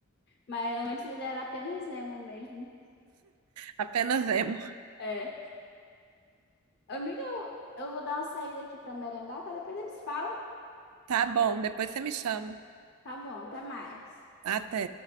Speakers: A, on the left; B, on the right.
A: Mas antes ele era apenas emo mesmo.
B: Apenas emo.
A: É. Amiga, eu, eu vou dar uma saída aqui pra merendar, tá? Depois a gente se fala.
B: Tá bom, depois você me chama.
A: Tá bom, até mais.
B: Até.